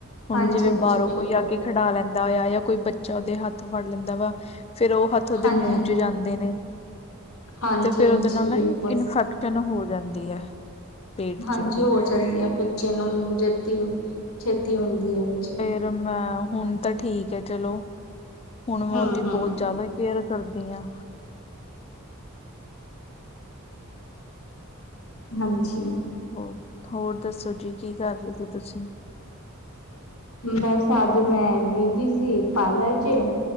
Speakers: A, on the left; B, on the left.
A: ਹੁਣ
B: ਹਾਂਜੀ
A: ਜਿਵੇਂ
B: ਹਾਂਜੀ
A: ਬਾਹਰੋਂ
B: ਬਿਲਕੁਲ
A: ਕੋਈ ਆ ਕੇ ਖਿਡਾ ਲੈਂ ਦਾ ਆ ਜਾਂ ਕੋਈ ਬੱਚਾ ਉਹਦੇ ਹੱਥ ਫੜ ਲੈਂਦਾ ਵਾ ਫਿਰ ਉਹ ਹੱਥ ਉਹਦੇ
B: ਹਾਂਜੀ
A: ਮੂੰਹ
B: ਹਾਂਜੀ
A: ਚ ਜਾਂਦੇ ਨੇ,
B: ਹਾਂਜੀ
A: ਤੇ ਫੇਰ
B: ਹਾਂਜੀ
A: ਉਹਦੇ ਨਾਲ
B: ਬਿਲਕੁਲ
A: ਨਾ ਇਨਫੈਕਸ਼ਨ ਹੋ ਜਾਂਦੀ ਹੈ, ਪੇਟ
B: ਹਾਂਜੀ
A: 'ਚ ਉਹਦੇ
B: ਹੋ ਜਾਂਦੀ ਹੈ ਬੱਚੇ ਨੂੰ ਜਦੀ ਛੇਤੀ ਹੁੰਦੀ ਹੈ, ਹਾਂਜੀ।
A: ਫੇਰ ਮੈਂ ਹੁਣ ਤਾਂ ਠੀਕ ਹੈ ਚਲੋ, ਹੁਣ ਮੈਂ
B: ਹਮ
A: ਉਹਦੀ
B: ਹਮ
A: ਬਹੁਤ
B: ਹਮ
A: ਜ਼ਿਆਦਾ ਕੇਅਰ ਕਰਦੀਆ।
B: ਹਾਂਜੀ।
A: ਹੋ ਹੋਰ ਦੱਸੋ ਜੀ ਕੀ ਕਰ ਰਹੇ ਸੀ ਤੁਸੀਂ?
B: ਬਸ ਅੱਜ ਮੈਂ ਬਿਜੀ ਸੀ ਪਾਰਲਰ ਚ,